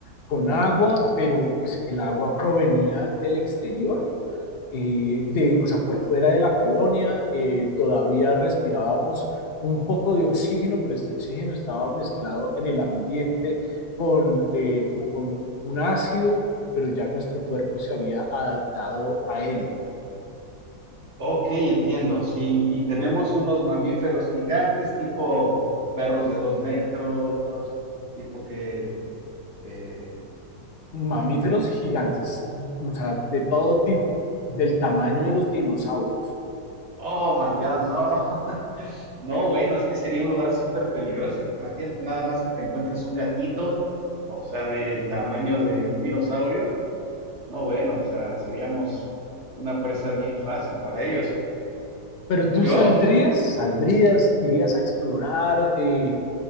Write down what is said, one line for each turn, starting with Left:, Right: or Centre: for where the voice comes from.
Left: con agua, pero pues el agua provenía del exterior, eh, de, o sea, por fuera de la colonia, eh, todavía respirábamos un poco de oxígeno, pero este oxígeno estaba mezclado en el ambiente con, eh, como con un ácido, pero ya nuestro cuerpo se había adaptado a él.
Right: Ok, entiendo, sí, y tenemos unos mamíferos gigantes tipo perros de dos metros, tipo que... eh,
Left: Mamíferos gigantes, o sea, de todo tipo, del tamaño
Right: oh
Left: de los dinosaurios.
Right: oh my God, no. No, bueno, es que sería un lugar súper peligroso. Imagínate nada más que te encuentres un gatito, o sea, del tamaño de un dinosaurio. No, bueno, o sea, seríamos una presa bien fácil para ellos.
Left: Pero tú
Right: Yo,
Left: saldrías, saldrías, irías a explorar, eh,